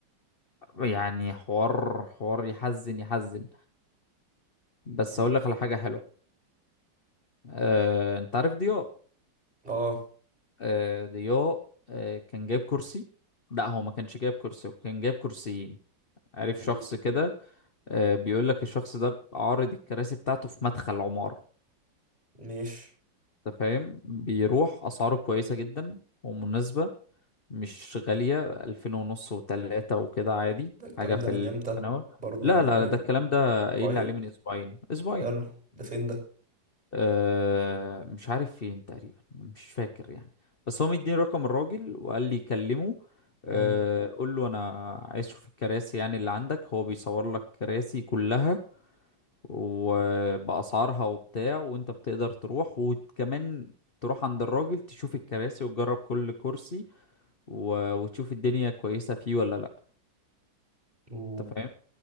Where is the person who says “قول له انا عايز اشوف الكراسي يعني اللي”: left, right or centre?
Left